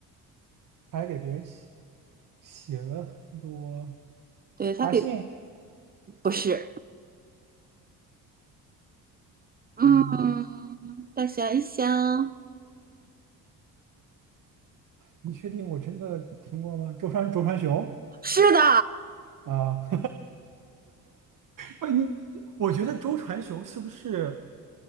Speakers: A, on the right; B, on the right.
A: 还给别人写写了很多，
B: 对他给
A: 阿信，
B: 不是，嗯，
A: 嗯。
B: 再想一想，
A: 你确定我真的听过吗？周传周传雄
B: 是的，
A: 啊，<laughs> 不，你我觉得周传雄是不是？